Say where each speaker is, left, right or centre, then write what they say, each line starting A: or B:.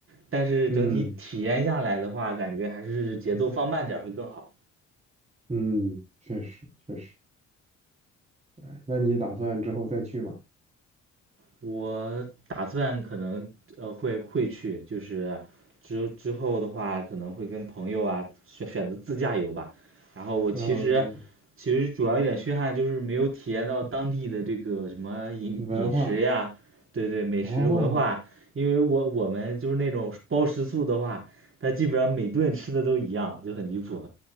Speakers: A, on the right; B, on the right.
A: 但是整体体验下来的话，
B: 嗯
A: 感觉还是节奏放慢点儿会更好。
B: 嗯，确实确实。哎那你打算之后再去吗？
A: 我打算可能呃会会去，就是之之后的话可能会跟朋友啊选选择自驾游吧。然后我其实
B: 嗯，
A: 其实主要一点缺憾就是没有体验到当地的这个什么饮饮食呀，
B: 文化，
A: 对对，美食文化。
B: 哦
A: 因为我我们就是那种包食宿的话，它基本上每顿吃的都一样，就很离谱。